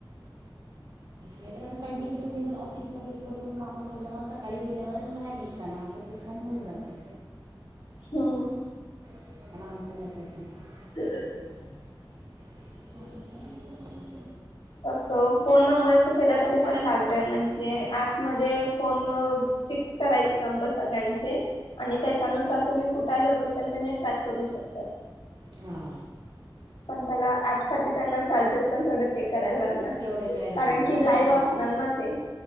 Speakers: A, on the right; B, on the left.
A: नाय तर असं कंटिन्यू तुम्ही जर ऑफिसमध्येच बसून काम असेल तर मग सकाळी गेल्यावर अन बाहेर निघताना असं ती थंब होऊन जातं.
B: हम्म.
A: <unintelligible>
B: <unintelligible>
A: <unintelligible>
B: तस फोन नंबर्स घेण्यासाठी
A: कसं केलं
B: पण चालतंय,
A: तर
B: म्हणजे
A: थांब
B: ऍप मध्ये फोन फिक्स करायचे नंबर सगळ्यांचे आणि त्यांच्या नुसार तुम्ही कुठ त्या लोकेशन त्यांनी ट्रॅक करू शकतात.
A: हा.
B: पण, त्यांना ऍप साठी त्यांना चार्जेस पण तेवढं पे करायला लागणार.
A: तेवढे द्यायला
B: कारण
A: लागणार
B: कि
A: हां
B: लाईव्ह असणार ना ते,